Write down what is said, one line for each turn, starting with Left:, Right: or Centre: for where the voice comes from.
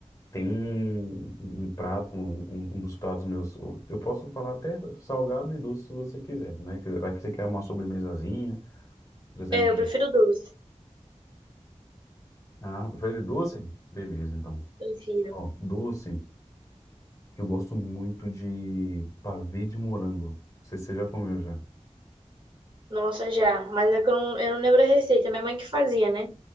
Left: tem um, um prato, um, um um dos pratos meus. Eu posso falar até salgado e doce se você quiser, né? que- Vai que você quer uma sobremesazinha, por exemplo.
Right: É, eu prefiro doce.
Left: Ah, prefere doce? Beleza, então.
Right: Prefiro.
Left: Ó, doce, eu gosto muito de pavê de morango. Não sei se você já comeu já.
Right: Nossa, já. Mas é que eu não, eu não lembro a receita. Minha mãe que fazia, né?